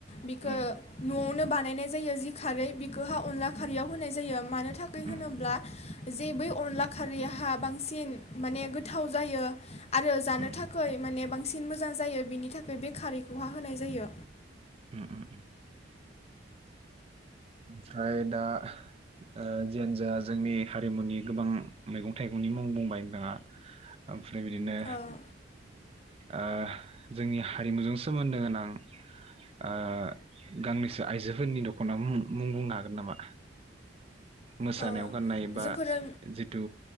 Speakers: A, on the left (about 35°); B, on the right (about 30°).
A: बिखो
B: उम
A: नआव नो बानायनाय जायो जि खारै बेखौ अनला खारैयाव होनाय जायो मा नो थाखै
B: उम
A: होनोब्ला जे बै अनला खारैहा बांसिन माने गोथाव जायो आरो जानो
B: उम
A: थाखै माने बांसिन मोजां जायो बिनि थाखाय बे खारैखौहा होनाय जायो।
B: <unintelligible> ओमफ्राय दा ओ जियानो जा जोंनि हारिमुनि गोबां मैगं थाइगंनि मुं बुंबाय नोंथाङा ओमफ्राय बिदिनो
A: ओ
B: ओ जोंनि हारिमुजों सोमोन्दो गोनां ओ गांनैसो आइजोफोरनि दख'ना मुं मुं बुंनो हागोन नामा? मोसानायाव
A: ओ
B: गाननाय बा
A: जोंफोरो
B: जिथु